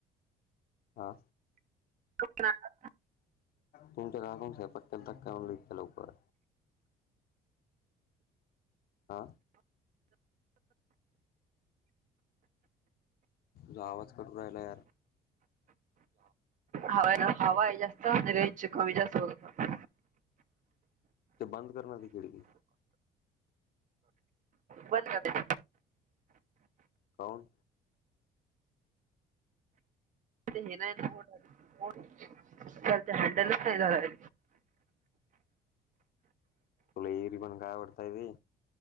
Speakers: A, on the left (about 65°); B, on the right (about 50°).
A: हा.
B: क <unintelligible>
A: तुमच्या काकूनं स्वयंपाक केलाता का काय म्हणलं इतक्या लवकर? आ. तुझा आवाज कटू राहिला या.
B: हवा हवा आहे जास्त आणि रेंज कमी जास्त होत <unintelligible>
A: ते बंद करणार ती खिडकी
B: बंद करते.
A: कावून
B: म नयलत <unintelligible> <inaudible> हॅडलच नाही झालाय.
A: तुला एरी पण काय आवडतय ते